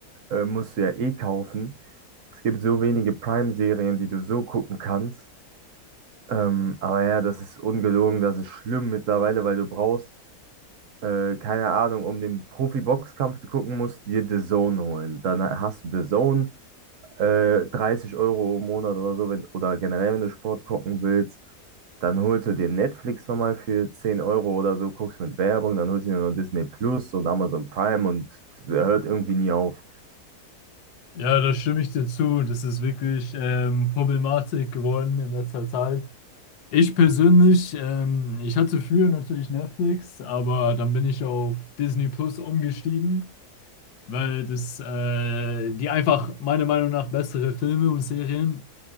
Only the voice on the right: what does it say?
äh, musst du ja eh kaufen. Es gibt so wenige Prime-Serien, die du so gucken kannst. Ähm, aber ja, das ist ungelogen, das ist schlimm mittlerweile, weil du brauchst, äh, keine Ahnung, um den Profi-Boxkampf zu gucken, musst du dir The Zone holen. Dann hast du The Zone, äh, 30 Euro im Monat oder so, wenn, oder generell, wenn du Sport gucken willst, dann holst du dir Netflix nochmal für 10 Euro oder so, guckst mit Werbung, dann holst du dir noch Disney Plus und Amazon Prime und der hört irgendwie nie auf.